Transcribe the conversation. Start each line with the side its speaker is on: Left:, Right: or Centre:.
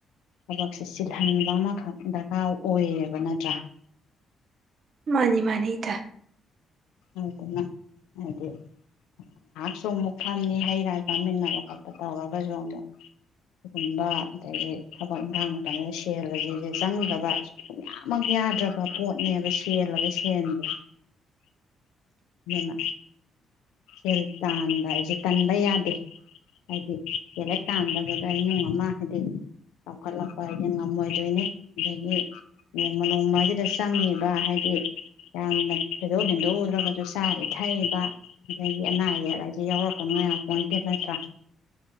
Left: ꯊꯕꯛꯁꯦ ꯁꯤꯜꯍꯟꯕ ꯑꯃꯈꯛ ꯗꯔꯀꯥꯔ ꯑꯣꯏꯌꯦꯕ ꯅꯠꯇ꯭ꯔꯥ
Right: ꯃꯥꯅꯤ ꯃꯥꯅꯤ ꯏꯇ
Left: ꯑꯗꯨꯅ ꯍꯥꯏꯗꯤ ꯉꯥꯏꯍꯥꯛꯁꯨ ꯑꯃꯨꯛ ꯐꯝꯃꯤ ꯍꯩ ꯔꯥ ꯄꯥꯃꯤꯟꯅꯕ ꯈꯣꯠꯄ ꯇꯧꯔꯒꯁꯨ ꯑꯃꯨꯛ ꯁꯤꯒꯨꯝꯕ ꯑꯗꯒꯤ ꯊꯕꯛ ꯏꯟꯈꯥꯡ ꯃꯇꯝꯁꯤꯗ ꯁꯦꯜꯂꯁꯤꯁ ꯆꯪꯗ꯭ꯔꯕꯌꯥꯃꯛ ꯌꯥꯗ꯭ꯔꯕ ꯄꯣꯠꯅꯦꯕ ꯁꯦꯜꯂꯒ ꯁꯦꯟꯗꯦ ꯑꯗꯨꯅ ꯁꯦꯂꯦꯠ ꯇꯥꯟꯕ ꯑꯩꯁꯦ ꯀꯟꯕ ꯌꯥꯗꯦ ꯍꯥꯏꯗꯤ ꯁꯦꯂꯦꯠ ꯇꯗꯕꯗ ꯏꯃꯨꯡ ꯑꯃ ꯍꯥꯏꯗꯤ ꯆꯥꯎꯈꯠꯂꯛꯄ ꯍꯥꯏꯁꯦ ꯉꯝꯃꯣꯏꯗꯣꯏꯅꯤ ꯑꯗꯒꯤ ꯅꯣꯡꯃ ꯅꯣꯡꯃꯁꯤꯗ ꯆꯪꯉꯤꯕ ꯍꯥꯏꯗꯤ ꯌꯥꯝꯅ ꯊꯣꯏꯗꯣꯛ ꯍꯦꯟꯗꯣꯛꯎꯗ꯭ꯔꯒ ꯑꯗꯨꯗ ꯆꯥꯕ ꯏꯊꯛꯏꯕ ꯑꯗꯒꯤ ꯑꯅꯥ ꯑꯌꯦꯛ ꯍꯥꯏꯁꯦ ꯌꯥꯎꯔꯛꯄꯅꯅꯨꯡ ꯃꯌꯥ ꯄꯣꯟꯇꯦꯜ ꯅꯠꯇ꯭ꯔꯥ